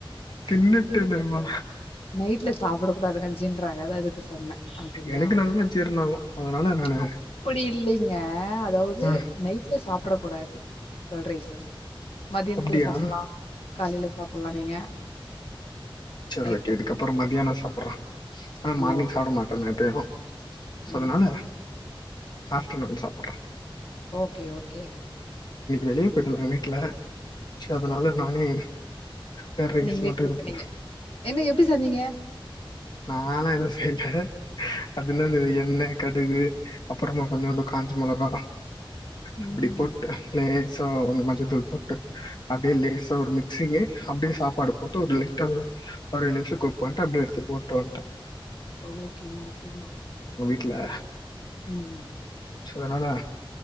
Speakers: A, on the left; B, on the left.
A: <unintelligible>
B: தின்னுட்டேனேமா
A: நைட்ல சாப்புட கூடாதுங்க ஜின்றாங்க அத அது க்கு சென்ன அப்டின்ந்தா
B: எனக்கு நல்லா ஜீர்ணாகு அதனால நானு
A: அப்டி இல்லைங்க அதாவது
B: ஆ
A: நைட்ல சாப்புட கூடாது கர்ட் ரைஸ் வந்து மதியானத்துல
B: அப்டியா
A: சாப்புட்லா காலைல சாப்புட்லா நீங்க
B: சரி
A: நைட்ல
B: ஓகே இதுக்கப்புற
A: சாப்
B: மதியான சாப்புட்ற ஆனா மார்னிங்
A: ஓ
B: சாப்ட மாட்ட எப்பயு சோ
A: ம்
B: அதனால ஆஃப்டர்நூன் சாப்புற
A: ஓகே ஓகே
B: வெளியே போயிட்டாங்க வீட்ல சோ அதனால நானே கர்ட் ரைஸ்
A: நீங்களே
B: மட்டு
A: குக்
B: இருந்து
A: பண்ணீங்க என்ன எப்டி செஞ்சீங்க
B: நானா எதுவு செய்யல அதுன்ன என்ன கடுகு அப்புறமா கொஞ்சோண்டு காஞ்ச மொளகா
A: ம்
B: அப்டி போட்டு லே சா மஞ்ச தூள் போட்டு அப்டியே லேசா ஒரு மிக்ஸ்ங்கு அப்டியே சாப்பாடு போட்டு ஒரு லைட்டா ஒரு பதினஞ்சு நிமிஷம் குக் பண்ட்டு அப்டியே எடுத்து போட்டு வந்ட்ட
A: ஓகேமா ஓகேமா
B: ல
A: ம்
B: சோ அதனால